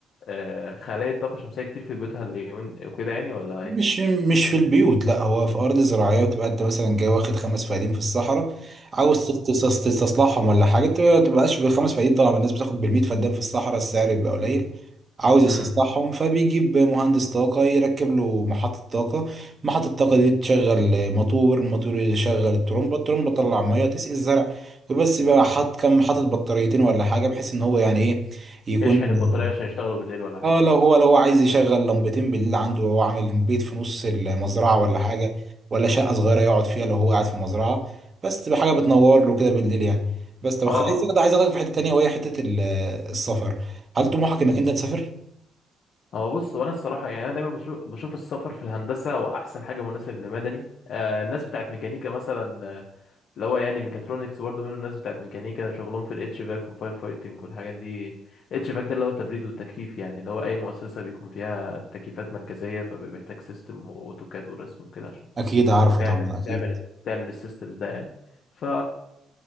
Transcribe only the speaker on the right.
مش مش في البيوت لا هو في ارض زراعيه تبقى انت مثلا جاي واخد خمس فدان في الصحراء عاوز تس- تس- تستصلحهم ولا حاجه تبقى- تبقاش بالخمس فدان طبعا الناس بتاخد بالمية فدان في الصحراء السعر بيبقى قليل عاوز يستصلحهم
فبيجيب مهندس طاقه يركب له محطه طاقه محطه الطاقه دي تشغل موتور الموتور يشغل الترمبه الترمبه تطلع ميه تسقي الزرع وبس بقى حاط كم حاطط بطاريتين ولا حاجه بحيث ان هو يعني ايه يكون
مم.
اه
لو هو لو هو عايز يشغل لمبتين بالليل عنده وهو عامل بيت في نص المزرعة ولا
حاجة ولا شقة صغيرة يقعد فيها لو هو قاعد في المزرعة بس تبقى حاجة بتنور له كده بالليل يعني بس طب
خليك كده عايز اخدك في حتة تانية وهي حتة ال- السفر هل طموحك انك انت تسافر؟
اكيد عارفه
طبعا اكيد